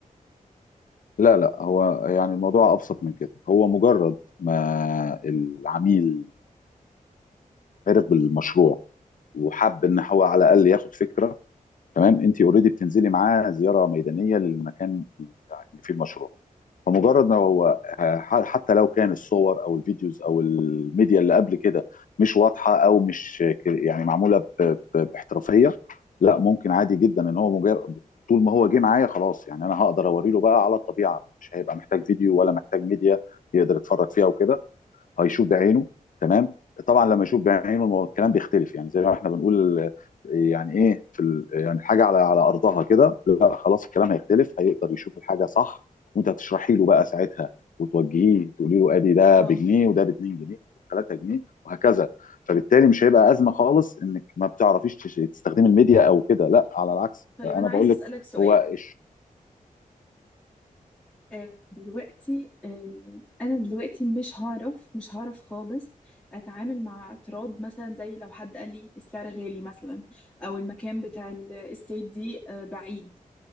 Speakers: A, on the left (about 65°); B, in the centre.
A: لا لا هو يعني الموضوع ابسط من كده هو مجرد ما العميل عرف بالمشروع وحب ان هو على الاقل ياخد فكره تمام انت اوريدي بتنزلي معاه زياره ميدانيه للمكان اللي فيه المشروع فمجرد ما هو ح- حتى لو كان الصور او الفيديوز او الميديا اللي قبل كده مش واضحه او مش ك- يعني معموله ب- ب- باحترافيه لا ممكن عادي جدا ان هو مجرد طول ما هو جه معايا خلاص يعني انا هقدر اوريله بقى على الطبيعه مش هيبقى محتاج فيديو ولا محتاج ميديا يقدر يتفرج فيها وكده هيشوف بعينه تمام طبعا لما يشوف بعينه المو- الكلام بيختلف يعني زي ما احنا بنقول آه، يعني ايه في ال- يعني حاجه على على ارضها كده لا خلاص الكلام
B: مهم.
A: هيختلف هيقدر يشوف الحاجه صح وانت هتشرحي له بقى ساعتها وتوجهيه تقولي له ادي ده
B: اه
A: بجنيه وده ب 2 جنيه 3 جنيه وهكذا فبالتالي مش هيبقى ازمه خالص انك ما بتعرفيش تش- تستخدمي الميديا او كده لا على العكس
B: طيب
A: انا
B: انا عايزه
A: بقول
B: اسالك
A: لك
B: سؤال
A: هو إيش-
B: آه، دلوقتي آه، انا دلوقتي مش هعرف مش هعرف خالص اتعامل مع اعتراض مثلا زي لو حد قال لي السعر غالي مثلا او المكان بتاع الاستيت دي آه، بعيد